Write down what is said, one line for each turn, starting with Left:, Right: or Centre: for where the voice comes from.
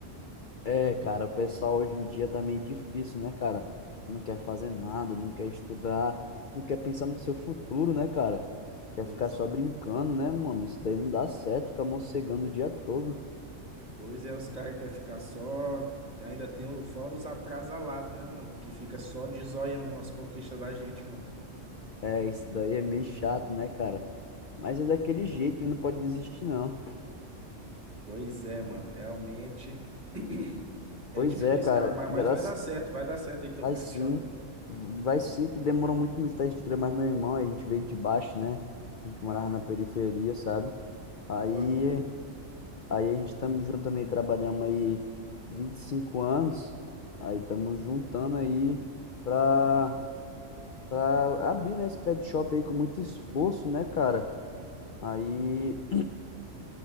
Left: É, cara, o pessoal hoje em dia tá meio difícil, né, cara? Não quer fazer nada, não quer estudar, não quer pensar no seu futuro, né, cara? Quer
Right: Pois
Left: ficar só brincando, né, mano? Isso daí não dá certo, ficar morcegando o dia todo.
Right: Pois é, os caras querem ficar só. Ainda tem o- fora os atrasalados, né, mano? Que fica só de zoião nas conquistas da gente, mano.
Left: É, isso daí é meio chato, né, cara? Mas é daquele jeito, né? não pode desistir, não.
Right: Pois é, mano. Realmente. <clears throat> É
Left: Pois
Right: difícil,
Left: é, cara,
Right: cara, mas,
Left: graças.
Right: mas vai dar certo. Vai dar certo aí teu
Left: Vai
Right: pet
Left: sim,
Right: shop, mano.
Left: vai sim, que demorou muito nos testes de crer, mas meu irmão, a gente veio de baixo, né? A gente
Right: Aham.
Left: morava na periferia, sabe? Aí.
Right: Pô.
Left: Aí a gente estamos juntando aí, trabalhamos aí 25 anos. Aí estamos juntando aí pra, pra abrir, né, esse pet shop aí com muito esforço, né, cara? Aí